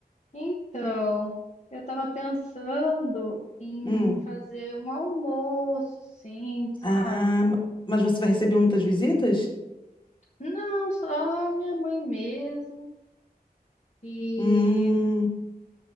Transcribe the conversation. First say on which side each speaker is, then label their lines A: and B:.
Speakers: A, on the left (about 45°); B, on the left (about 30°).
A: Então, eu estava pensando em
B: Hum.
A: fazer um almoço, sim, sabe?
B: Ah, ma- mas você vai receber muitas visitas?
A: Não, só minha mãe mesmo. E,
B: Hum,